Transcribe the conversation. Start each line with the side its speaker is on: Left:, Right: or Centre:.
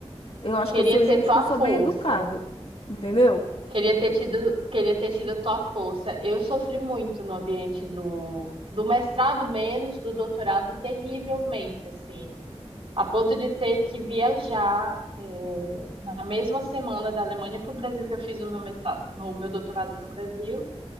Left: Eu acho
Right: Queria
Left: que eu sou
Right: ter
Left: gente
Right: tua
Left: que eu
Right: força.
Left: sou bem educada. Entendeu?
Right: Queria ter tido, queria ter tido a tua força. Eu sofri muito no ambiente do, do mestrado, menos do doutorado, terrivelmente, assim. A ponto de ter que viajar, é, na mesma semana da Alemanha para o Brasil, que eu fiz o meu mestrado, o meu doutorado no Brasil